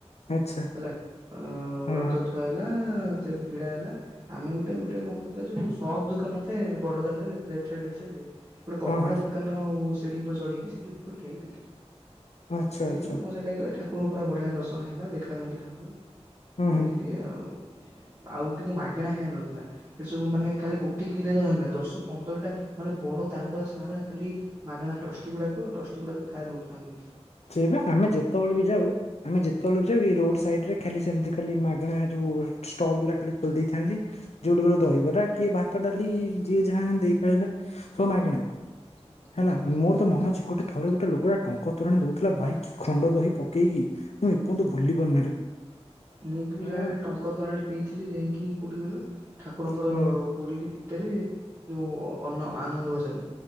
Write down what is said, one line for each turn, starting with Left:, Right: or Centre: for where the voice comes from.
Left: ଆଚ୍ଛା।
Right: ହେଲା, ଆଉ
Left: ହଁ
Right: ରଥ
Left: ହଁ
Right: ଥୁଆ ହେଲା। ଅ, ସେଠି ଭିଡା ହେଲା ଆମେ ଗୋଟେ ଗୋଟେ କଣ କରିଥିଲେ। ଯୋଉ ସପ୍ ଦୋକାନ ନ ଥାଏ ବଡଦାଣ୍ଡ ରେ ଲେପ୍ଟ ତା ରାଇଟ୍ ସାଇଡ୍ ରେ ଗୋଟେ କପଡା
Left: ହଁ ହଁ
Right: ଦୋକାନ ଉ, ସିଡି ଉପରେ ଚଢିକି ସେଠି ଉପରେ ଠିଆ ହେଇକି ଦେଖିଲୁ। ଦେଖିଲୁ
Left: ଆଚ୍ଛା
Right: ଦେଖିଲୁ
Left: ଆଚ୍ଛା
Right: ମଜା ଲାଗିଲା। ଠାକରଙ୍କୁ ପୁରା ବଢିଆ ଦର୍ଶନ ହେଲା। ଦେଖାଗଲେ ଠାକୁର।
Left: ହୁଁ
Right: ଏମିତି
Left: ହୁଁ
Right: ଆଉ। ଆଉ କିନ୍ତୁ ମାଗେଣା ଖାଇବା ମିଳୁଥିଲା। ସେଠି ସବୁ ମାନେ ଖାଲି ଗୋଟେ କିି ଦିଟା ଜାଗା ନୁହେଁ। ଦଶ ପନ୍ଦରଟା ମାନେ ବଡଦାଣ୍ଡ ସାରା ଖାଲି ମାଗଣା ଟ୍ରଷ୍ଟି ଗୁଡାକ ଟ୍ରଷ୍ଟି ଗୁଡାକ ଖାଇବା ଦଉଥାନ୍ତି।
Left: ସେଇ ପା ଆମେ ଯେତେବେଳେ ବି ଯାଉ ଆମେ ଯେତେବେଳେ ବି ଯାଉ ଏଇ ରୋଡ଼୍ ସାଇଡ୍ ରେ ଖାଲି ସେମିତି ଖ ଖାଲି ମାଗଣା ଯୋଉ ଷ୍ଟଲ ଗୁଡା ଖାଲି ଖୋଲି ଦେଇଥାନ୍ତି। ଯୋଉଠୁ ଗଲ ଦହିବରା କିଏ ଭାତ ଡାଲି ଯିଏ ଯାହା ଦେଇ ପାଇଲା ସବୁ ମାଗଣା।
Right: ହୁଁ।
Left: ହେଲା ମୋର ତ ମନ ଅଛି ଗୋଟେ ଥରେ ଗୋଟେ ଲୋକଟା ଟଙ୍କ ତୋରାଣି ଦଉ ଥିଲା ଭାଇ କି ଖଣ୍ଡ ଦହି ପକେଇକି ମୁଁ ଏପନ୍ତ ଭୁଲି ପାରୁନିରେ।
Right: ମୁଁ ବି ପିଲାବେଳେ
Left: ଏଁ
Right: ଟଙ୍କ ତୋରାଣି ପିଇଥିଲି ଯାଇକି କୋଉଠି କହିଲ ଠାକୁରଙ୍କର
Left: ହୁଁ
Right: ପୁରୀ ରେ ଭିତରେ ଯୋଉ ଅନ୍ନ, ଆନନ୍ଦ ବଜାର